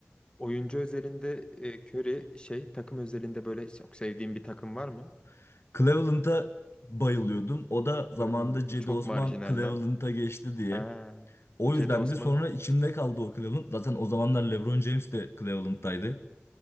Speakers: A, on the left (about 20°); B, on the left (about 70°).
A: oyuncu özelinde e, Curry şey takım özelinde böyle çok sevdiğin bir takım var mı?
B: <laughs> Cleveland'a bayılıyordum. O da zamanında
A: Cleveland
B: Cedi
A: mı? Çok
B: Osman
A: marjinal
B: Cleveland'a
A: lan.
B: geçti diye.
A: Ha.
B: O
A: E, Cedi
B: yüzden
A: Osman
B: de sonra içimde kaldı o Cleveland. Zaten o zamanlar LeBron James de Cleveland'daydı.